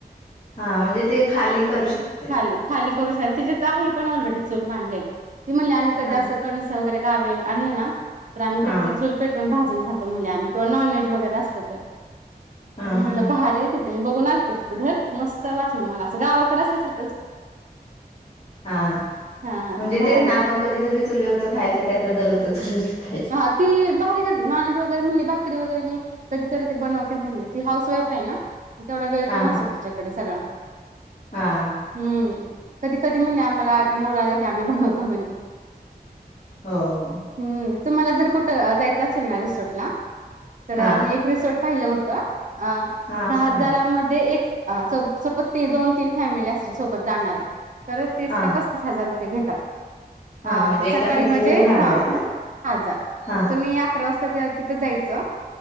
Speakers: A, on the left (about 40°); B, on the right (about 50°).
A: हा म्हणजे ते खाली करू शक
B: खाली करू शकते. तिची आहे पण ऑलरेडी चूल मांडलेली. ती म्हटली
A: हा
B: असं कंनस वगैरे गावी आणलं ना तर आम्ही
A: हा
B: त्याची चूल पेटून भाजून खातो म्हण. किंवा नॉन व्हेज वगैरे असत तर.
A: हा
B: म्हटलं
A: हा
B: भारी आहे. बघून आली थी तिथं घर मस्त वाटलं मला असं गावाकडेचे असल्यासारखं.
A: हा.
B: हा
A: म्हणजे
B: भारी
A: तेच ना आपण ण कधीतरी चुलीवरच खायचं ते आता दरोजच चुलीवरच खायचं.
B: हा ती बारी करते नॉज वगैरे मिली भाकरी वगैरे मी कधीतरी ते बनवते म्हणली. ती हाऊस वाईफ आहे ना. तेवढा वेळ
A: हा
B: पण
A: हा
B: असतो तुच्याकडे सगळां.
A: हा
B: हम्म. कधी कधी म्हणले आम्हाला मोड आलं की आम्ही बनवतो म्हणली.
A: हो.
B: हम्म तुम्हाला कुठं जायचं असेल ना रिसॉर्टला. तर
A: हा
B: मी एक रिसॉर्ट होतं. अ
A: हा
B: दहा
A: सांगा
B: हजारामध्ये
A: ना
B: एक सपोज त दोन-तीन फॅमिली असल्या सोबत जाणार आहे तर तिस
A: हा
B: का पस हजार रुपये घेतात. अ
A: हा म्हणजे एका
B: सकाळी
A: फॅमिलीला
B: म्हणजे?
A: दहा
B: हा.
A: हजार का
B: हा झाल.
A: हा
B: मग तुम्ही अकरा वाजता तिथं जायचं.